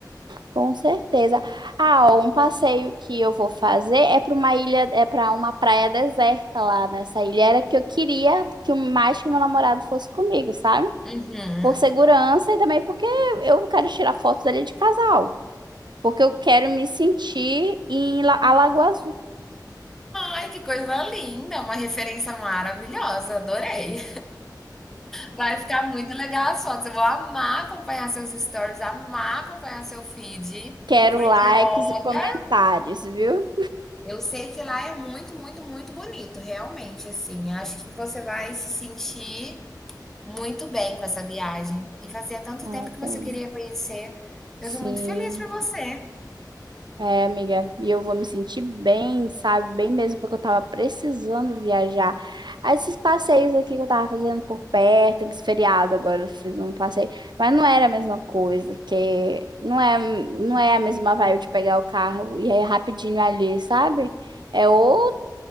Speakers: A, on the right; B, in the centre.
A: Com certeza. Ah, ó, um passeio que eu vou fazer é para uma ilha, é para uma praia deserta lá nessa ilha. Era que eu queria que o mais que meu namorado fosse comigo, sabe?
B: Uhum.
A: por segurança e também porque eu quero tirar fotos ali de casal, porque eu quero me sentir em La- Alagoas.
B: Ai, que coisa linda, uma referência maravilhosa, adorei. Vai ficar muito legal as fotos, eu vou amar acompanhar seus stories, amar acompanhar seu feed,
A: Quero
B: porque
A: likes
B: olha,
A: e comentários, viu?
B: eu sei que lá é muito, muito, muito bonito, realmente, assim, acho que você vai se sentir muito bem com essa viagem, e fazia tanto
A: Ah,
B: tempo que você
A: também.
B: queria conhecer, eu
A: Sim.
B: sou muito feliz por você.
A: É, amiga, e eu vou me sentir bem, sabe? Bem mesmo, porque eu tava precisando viajar. Ah, Esses passeios aqui que eu tava fazendo por perto, esse feriado agora eu fiz um passeio, mas não era a mesma coisa, porque não é, não é a mesma vibe de pegar o carro e aí é rapidinho ali, sabe? É outra